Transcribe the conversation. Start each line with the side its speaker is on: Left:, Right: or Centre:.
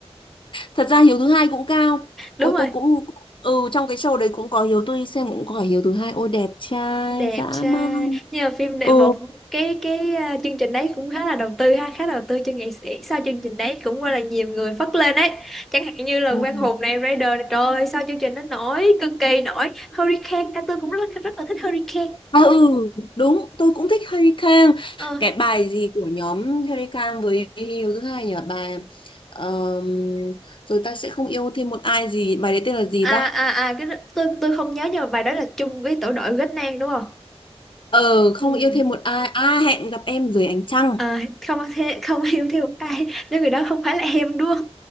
Left: thật ra Hiếu thứ hai cũng cao ôi
Centre: đúng rồi
Left: tôi cũng ừ trong cái show đấy cũng có Hiếu tôi xem cũng có Hiếu thứ hai ôi đẹp trai
Centre: đẹp
Left: dã
Centre: trai
Left: man
Centre: nhưng mà phim đệ
Left: ừ
Centre: một cái cái ờ, chương trình đấy cũng khá là đầu tư ha khá đầu tư cho nghệ sĩ sau chương trình đấy cũng gọi là nhiều người phất lên đấy chẳng hạn như là
Left: ừ.
Centre: Quang Hùng này Raider này trời ơi, sau chương trình nó nổi cực kỳ nổi Hurricane à, tôi cũng rất rất là thích Hurricane
Left: à ừ đúng tôi cũng thích Harry Kang
Centre: ờ
Left: cái bài gì của nhóm Harry Kang với Hiếu thứ hai nhỉ bài ờm, rồi ta sẽ không yêu thêm một ai gì bài đấy tên là gì
Centre: à
Left: ta
Centre: à à cái đó- tôi tôi không nhớ nhưng mà bài đó là chung với tổ đội Ghét Nang đúng không
Left: ờ không
Centre: ừ.
Left: yêu thêm một ai à hẹn gặp em dưới ánh trăng
Centre: à, không thế không <laughs> yêu thêm một ai nếu người đó không phải là em đúng không